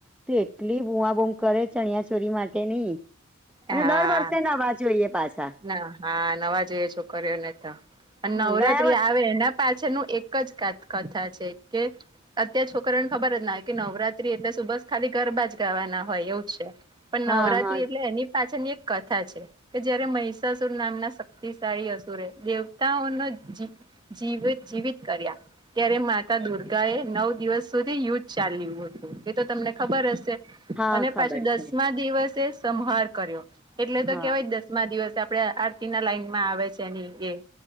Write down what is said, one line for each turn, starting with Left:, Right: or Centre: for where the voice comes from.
Centre: તો એટલી બૂમાં બૂમ કરે ચણિયા ચોરી માટેની
Right: હા
Centre: અને દર વર્ષે નવા જોઈએ પાછા.
Right: ના હા નવા જોઈએ છોક્યો ને તો અને
Centre: હા
Right: નવરાત્રી
Centre: ગયા વર
Right: આવે એના પાછનું એક જ કા કથા છે કે અત્યાર છોકરીઓને ખબર જ ના હોય કે નવરાત્રી એટલે શું બસ ખાલી ગરબા જ ગાવાના હોય એવું છે. પણ
Centre: હા
Right: નવરાત્રી
Centre: હા
Right: એટલે એની પાછળની એક કથા છે. મહીસાસુર નામ ના શક્તિશાળી અસુરે દેવતાઓ નો જી વ જીવિત કર્યા. ત્યારે માતા દુર્ગા એ નવ દિવસ સુધી યુદ્ધ ચાલ્યું હતું. તો તમને ખબર હશે
Centre: હા
Right: અને
Centre: ખબર
Right: પાછું દસમા
Centre: છે
Right: દિવસે સંહાર કર્યો. એટલે તો
Centre: હા
Right: કેવાય દસમા દિવસ આપડે આરતી ના લાઈન માં આવે છે એની એ